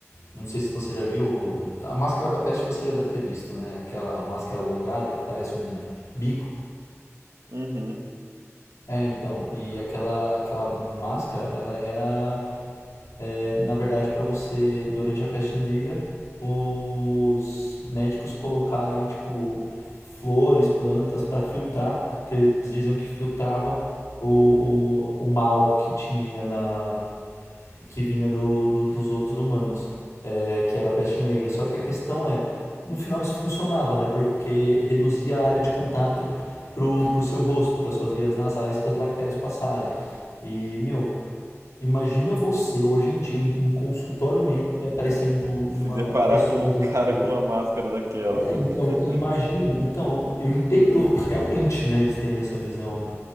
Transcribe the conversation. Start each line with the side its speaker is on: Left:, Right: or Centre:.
Left: Não sei se você já viu, a máscara da peste você já deve ter visto, né? Aquela máscara alongada que parece um bico.
Right: Uhum.
Left: É, então, e aquela, aquela máscara, ela era, é, na verdade, para você, durante a peste negra, os médicos colocarem, tipo, flores, plantas para filtrar, que eles diziam que filtravam o, o, o mal que tinha na, que vinha do, do- dos outros humanos, é, que era a peste negra. Só que a questão é, no final isso funcionava, né? Porque reduzia a área de contato pro, pro seu rosto, para suas vias nasais, para as bactérias passarem. E, meu, imagina você hoje em dia em- num consultório médico e aparecendo
Right: E
Left: uma,
Right: se deparar
Left: uma pessoa
Right: com o
Left: usando
Right: <laughs> cara
Left: gel.
Right: com uma máscara daquela,
Left: É, então,
Right: né?
Left: imagina.
Right: <laughs>
Left: Então, eu entendo realmente, né, eles terem essa visão, né?